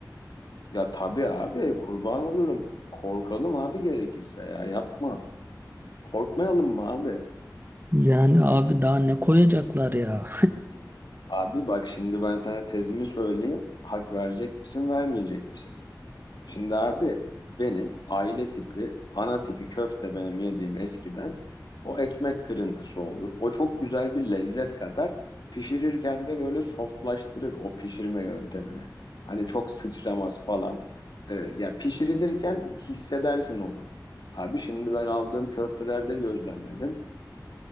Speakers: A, on the left; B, on the right.
A: Ya tabii abi kurban olurum. Korkalım abi gerekirse ya yapma. Korkmayalım mı abi?
B: Yani abi daha ne koyacaklar ya?
A: Abi bak şimdi ben sana tezimi söyleyeyim. Hak verecek misin vermeyecek misin? Şimdi abi benim aile tipi, ana tipi köfte benim yediğim eskiden o ekmek kırıntısı olur. O çok güzel bir lezzet katar. Pişirirken de böyle softlaştırır o pişirme yöntemini. Hani çok sıçramaz falan. Ee, ya pişirilirken hissedersin onu. Abi şimdi ben aldığım köftelerde gözlemledim.